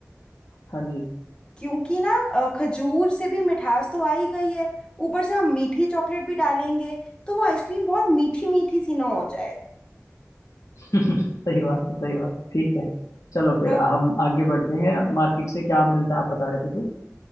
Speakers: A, on the left (about 70°); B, on the left (about 15°).
A: हाँ जी
B: क्योंकि ना अ, खजूर से भी मिठास तो आ ही गई है ऊपर से हम मीठी चॉकलेट भी डालेंगे तो वो आइसक्रीम बहुत मीठी मीठी सी ना हो जाए
A: <laughs> सही बात है सही बात है। ठीक है चलो फिर
B: तो
A: हम आगे बढ़ते हैं मार्केट से क्या मिलता है आप बता रहे थे कुछ